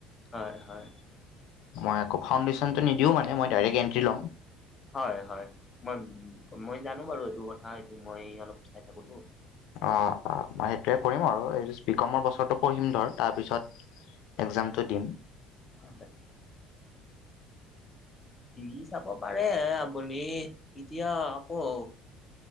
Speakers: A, on the left (about 25°); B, on the left (about 65°).
A: হয় হয়।
B: মই আকৌ ফাউণ্ডডেচনটো নিদিওঁ মানে, মই ডাইৰেক্ট এন্ট্ৰি ল'ম।
A: হয় হয়। মই, মই জানো বাৰু এইটো কথা, এইটো মই অলপ চাই থাকো তো।
B: অঁ অঁ, সেইটোৱে কৰিম আৰু এই বি কমৰ বছৰটো পঢ়িম ধৰ তাৰপিছত এক্সামটো দিম।
A: <inaudible> দি চাব পাৰে আপুনি, এতিয়া আকৌ